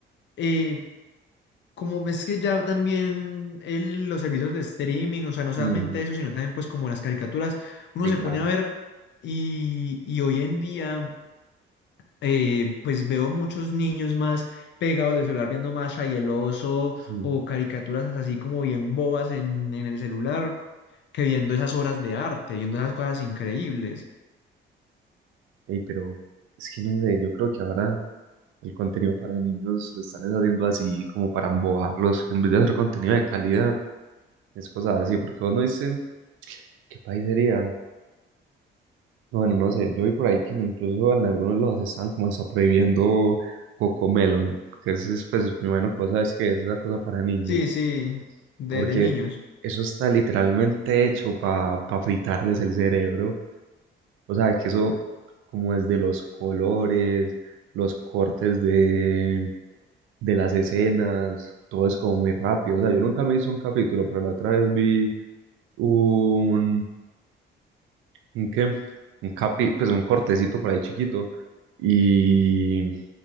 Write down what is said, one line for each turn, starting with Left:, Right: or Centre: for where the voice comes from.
Left: eh, como ves que ya también el- los servicios de streaming, o sea, no solamente
Right: Mm,
Left: eso, sino también pues como las caricaturas, uno
Right: sí,
Left: se
Right: claro.
Left: pone a ver y, y hoy en día... eh, pues veo muchos niños más pegados del celular viendo Masha y el oso
Right: Mm.
Left: o caricaturas así como bien bobas en, en el celular que viendo esas obras de arte, viendo esas cosas increíbles.
Right: Ey, pero es que no sé, yo creo que ahora El contenido para niños lo están es haciendo así como para embobarlos. En vez de hacer contenido de calidad, es cosas así. Porque vos no dice qué país sería. Bueno, no sé. Yo vi por ahí que incluso en algunos lados están como hasta prohibiendo Cocomelon. Que es, es, pues, me imagino que vos sabes que es esa cosa para niños.
Left: Sí, sí, de,
Right: Porque
Left: de niños.
Right: eso está literalmente hecho para fritarles el cerebro. O sea, que eso, como desde los colores, los cortes de de las escenas, todo es como muy rápido. O sea, yo nunca me hice un capítulo, pero la otra vez vi un, ¿un qué? Un capi, pues un cortecito por ahí chiquito y,